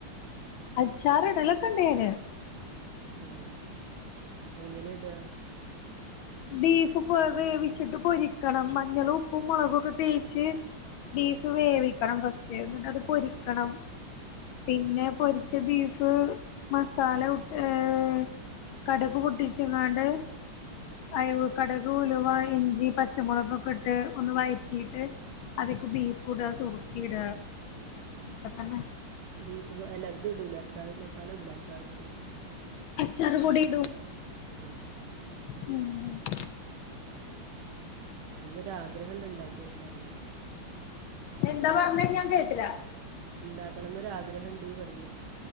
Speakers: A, on the left (about 75°); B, on the right (about 80°).
A: അച്ചാറ് ഇടലൊക്കെണ്ട് ഞാൻ
B: ഉം എങ്ങനെ ഇണ്ട്
A: ബീഫ് വേവിച്ചിട്ട് പൊരിക്കണം മഞ്ഞളും ഉപ്പും മുളകൊക്കെ തേച്ച് ബീഫ് വേവിക്കണം ഫസ്റ്റ് എന്നിട്ട് അത് പൊരിക്കണം പിന്നെ പൊരിച്ച ബീഫ് മസാല ഏഹ് കടക് പൊട്ടിച്ചങ്ങാണ്ട് അയവ് കടക് ഉലുവ ഇഞ്ചി പ പച്ചമുളകൊക്കെ ഇട്ട് ഒന്ന് വയറ്റിട്ട് അതിക്ക് ബീഫ് ഇടുക സുർക്കിം ഇട അതൊക്കെ തന്നെ
B: ബീഫ് പോലെ ദ് ഇടൂലേ അച്ചാർ മസാല ഇടൂലെ അച്ചാർ പൊടി
A: അച്ചാറ് പൊടി ഇടും
B: ആഹ്
A: മ്മ്
B: ഒന്നൊരാ ആഗ്രഹം ണ്ട് ഉണ്ടാക്കി നോക്കാർന്നു
A: എന്താ പറഞ്ഞത് ഞാൻ കേട്ടില്ല
B: ഉണ്ടാക്കണം എന്ന് ഒരാഗ്രഹണ്ട് എന്ന് പറയ